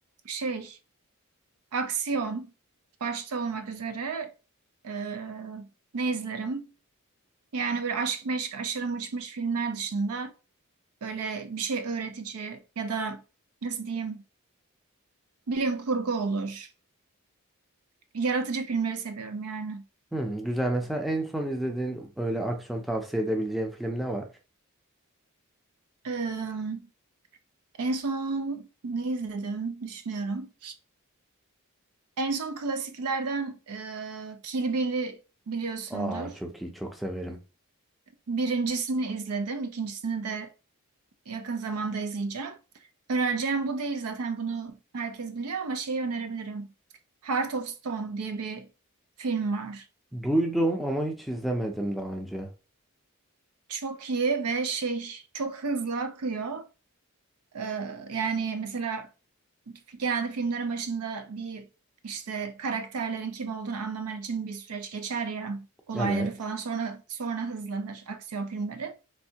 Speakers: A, on the right; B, in the centre.
A: şey aksiyon başta olmak üzere Ee, ne izlerim? Yani böyle aşk meşk aşırı mıçmış filmler dışında böyle bir şey öğretici ya da nasıl diyeyim bilim kurgu olur. Yaratıcı filmleri seviyorum yani.
B: Hmm, güzel. Mesela en son izlediğin öyle aksiyon tavsiye edebileceğin film ne var?
A: Ee, en son ne izledim düşünüyorum. En son klasiklerden e, Kill Bill'i biliyorsundur.
B: Aa çok iyi, çok severim.
A: Birincisini izledim, ikincisini de Yakın zamanda izleyeceğim. Önereceğim bu değil zaten bunu herkes biliyor ama şeyi önerebilirim. Heart of Stone diye bir film var.
B: Duydum ama hiç izlemedim daha önce.
A: Çok iyi ve şey çok hızlı akıyor. Ee, yani mesela genelde filmlerin başında bir işte karakterlerin kim olduğunu anlaman için bir süreç geçer ya olayları
B: Evet.
A: falan sonra sonra hızlanır aksiyon filmleri.